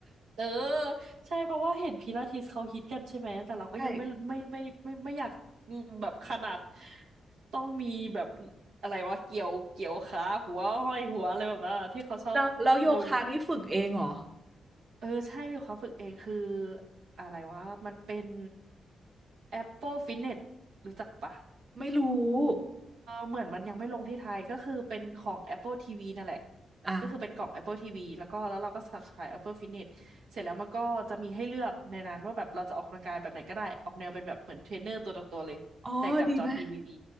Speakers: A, on the right; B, on the right.
A: เออใช่เพราะว่าเห็นพิลาทิสเขาฮิตกันใช่ไหมแต่เราก็ยังไม่ไม่ไม่ไม่ไม่ไม่อยากอืมแบบขนาด
B: ใช่
A: ต้องมีแบบอะไรวะเกี่ยวเกี่ยวขาหัวห้อยหัวอะไรแบบนั้นอะที่เขาชอบ
B: แล้วแล้วโยคะนี่ฝึกเองเหรอ
A: ลงเออใช่อยู่เขาฝึกเองคืออะไรวะมันเป็น Apple Fitness รู้จักปะ
B: ไม่รู้
A: เหมือนมันยังไม่ลงที่ไทยก็คือเป็นของ Apple TV นั่นแหละ
B: อ่ะ
A: ก็คือเป็นกล่อง Apple TV แล้วก็แล้วเราก็ subscribe Apple Fitness เสร็จแล้วมันก็จะมีให้เลือกในนั้นว่าแบบเราจะออกกำลังกายแบบไหนก็ได้ออกแนวเป็นแบบเหมือนเทรนเนอร์ตัวต่อตัวเลยแต่กับจอทีวี
B: อ๋อดีไหม